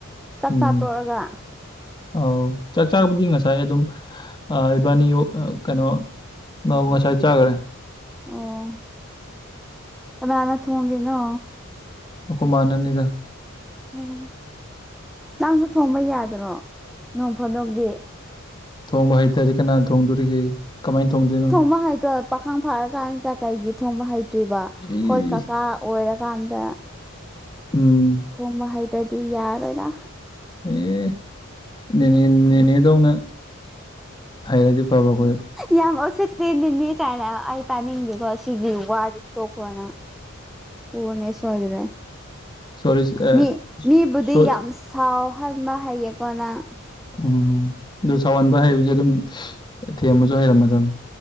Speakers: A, in the centre; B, on the left.
A: ꯆꯥꯛꯆꯥꯥ
B: ꯎꯝ
A: ꯇꯣꯛꯑꯒ
B: ꯑꯧ ꯆꯥꯛ ꯆꯥꯕꯗꯤ ꯉꯁꯥꯏ ꯑꯗꯨꯝ ꯏꯕꯥꯅꯤ ꯀꯩꯅꯣ ꯑꯧ ꯉꯁꯥꯏ ꯆꯥꯒꯔꯦ
A: ꯑꯣ ꯀꯅꯅꯥ ꯊꯣꯡꯔꯤꯅꯣ
B: ꯑꯈꯣꯏ ꯃꯥꯅꯅꯤꯗ
A: ꯎꯝ ꯅꯪꯁꯨ ꯊꯣꯡꯕ ꯌꯥꯗ꯭ꯔꯣ ꯅꯣꯡ ꯐꯥꯗꯣꯛꯇꯤ
B: ꯊꯣꯡꯕ ꯍꯩꯇꯔꯗꯤ ꯀꯅꯥꯟ ꯊꯣꯡꯗꯣꯔꯤꯒꯦ ꯀꯃꯥꯏꯅ ꯊꯣꯡꯗꯣꯏꯅꯣ
A: ꯃꯥ ꯍꯩꯇ꯭ꯔꯣ ꯄꯥꯈꯡ ꯐꯥꯔꯀꯥꯟꯆꯥ ꯀꯩꯒꯤ ꯊꯣꯡꯕ ꯍꯩꯇ꯭ꯔꯤꯕ
B: ꯑꯦ
A: ꯈꯣꯏ ꯀꯀꯥ ꯑꯣꯏꯔꯀꯥꯟꯗ
B: ꯎꯝ
A: ꯊꯣꯡꯕ ꯍꯩꯇ꯭ꯔꯗꯤ ꯌꯥꯔꯣꯏꯗ
B: ꯑꯦ ꯅꯦꯅꯦ ꯅꯦꯅꯦꯗꯧꯅ ꯍꯩꯔꯗꯤ ꯐꯕ ꯑꯩꯈꯣꯏꯖꯨ
A: ꯌꯥꯝ ꯑꯣꯁꯤꯠꯇꯦ ꯅꯦꯅꯦꯀꯥꯏꯅ ꯑꯩ ꯇꯥꯅꯤꯡꯗꯦꯀꯣ ꯁꯤꯒꯤ ꯋꯥꯁꯦ ꯇꯣꯛꯈ꯭ꯔꯣ ꯅꯪ ꯐꯨꯒꯅꯦ ꯁꯣꯏꯗꯔꯦ
B: ꯁꯣꯔꯤ ꯑ
A: ꯃꯤ ꯃꯤꯕꯨꯗꯤ
B: ꯁꯣꯏ
A: ꯌꯥꯝꯁ ꯁꯥꯎ ꯍꯟꯕ ꯍꯩꯌꯦꯀꯣ ꯅꯪ
B: ꯎꯝ ꯗꯨ ꯁꯥꯎꯍꯟꯕ ꯍꯥꯏꯕꯁꯦ ꯑꯗꯨꯝ ꯊꯦꯝꯕꯖꯨ ꯍꯩꯔꯃꯗꯝ